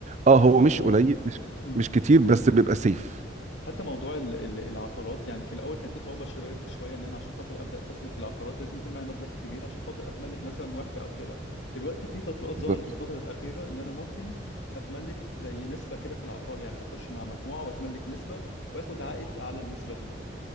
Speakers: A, on the right (about 40°); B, on the left (about 85°).
A: اه
B: حتى
A: هو
B: موضوع
A: مش قليل مش
B: امم
A: مش كتير بس بيبقى سيف
B: حتى موضوع ال- ال- العقارات يعني في الاول كان في صعوبه شويه شويه ان انا عشان خاطر ابدا استثمر في العقارات لازم يكون معايا مبلغ كبير عشان خاطر اتملك مثلا واحده او كده دلوقتي في تطبيقات
A: بالظبط
B: ظهرت الفتره الاخيره ان انا ممكن اتملك زي نسبه كده في العقار يعني اخش مع مجموعه واتملك نسبه واخد عائد على النسبه دي